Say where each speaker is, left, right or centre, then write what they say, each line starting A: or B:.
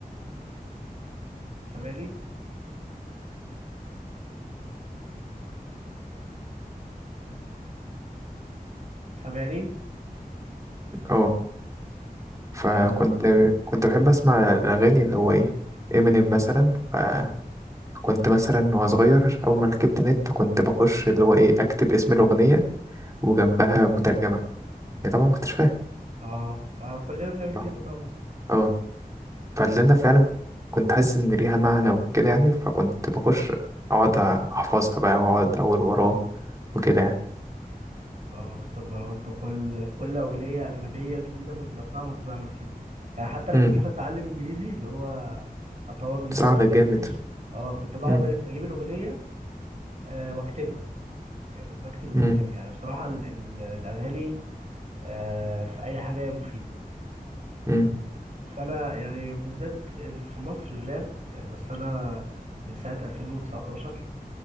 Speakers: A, on the right; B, on the right.
A: سامعني سامعني
B: أه فكنت
A: آه,
B: كنت بحب أسمع الأغاني اللي هو إيه إمينيم مثلا فكنت مثلا وأنا صغير أول ما ركبت نت كنت بخش اللي هو إيه أكتب اسم الأغنية وجنبها مترجمة يعني طبعا ما كنتش فاهم
A: آه ما كلنا بنعمل كده
B: أه
A: طبعا
B: أه. فاللي أنا فعلا كنت حاسس إن ليها معنى وكده يعني فكنت بخش أقعد أحفظها بقى وأقعد أقول وراه وكده
A: اه بالظبط أنا كنت كل كل أغنية أجنبية جديدة كنت بسمعها كنت بعمل كده يعني حتى لما
B: يعني
A: جيت أتعلم إنجليزي اللي هو أطور من نفسي
B: ساعدك
A: في الإنجليش
B: جامد
A: اه كنت بقعد
B: مم.
A: أجيب الأغنية آه، وأكتبها يعني كنت أكتب الأغنية
B: مم.
A: يعني بصراحة ال- ال- الأغاني آه، في اي حاجه هي مفيده
B: مم.
A: فانا يعني بالذات ال- في مصر الراب يعني بس انا من ساعه 2019